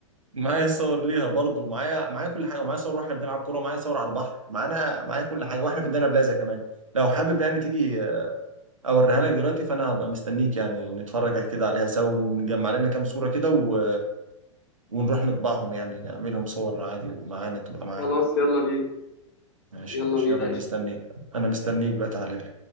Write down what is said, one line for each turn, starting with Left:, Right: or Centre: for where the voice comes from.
Right: معايا صور ليها برضو معايا معايا كل حاجه ومعايا صور واحنا بنلعب كوره ومعايا صور على البحر معانا معايا كل حاجه واحنا في الدانا بلازا كمان لو حابب يعني تيجي اوريها لك دلوقتي فانا هبقى مستنيك يعني نتفرج كده عليها سوا ونجمع لنا كام صوره كده و... ونروح نطبعهم يعني نعملهم صور عادي ومعانا تبقى معانا
Left: خلاص يلا بينا
Right: ماشي
Left: يلا
Right: ماشي
Left: بينا
Right: يلا انا
Left: قشطه
Right: مستنيك انا مستنيك بقى تعالى لي